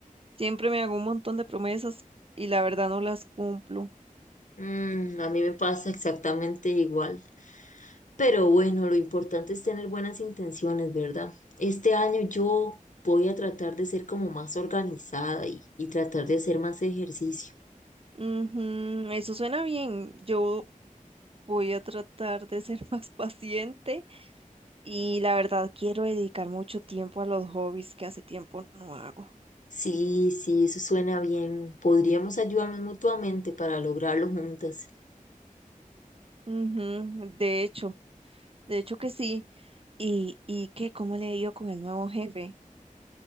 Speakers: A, on the right (about 40°); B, on the left (about 60°).
A: Siempre me hago un montón de promesas y la verdad no las cumplo.
B: Mm, a mí me pasa exactamente igual. Pero bueno, lo importante es tener buenas intenciones, ¿verdad? Este año yo voy a tratar de ser como más organizada y, y tratar de hacer más ejercicio.
A: Ujú, eso suena bien. Yo voy a tratar de ser <laughs> más paciente y la verdad quiero dedicar mucho tiempo a los hobbies que hace tiempo no hago.
B: Sí, sí, eso suena bien. Podríamos ayudarnos mutuamente para lograrlo juntas.
A: Ujú, de hecho, de hecho que sí. ¿Y, y qué? ¿Cómo le he ido con el nuevo jefe?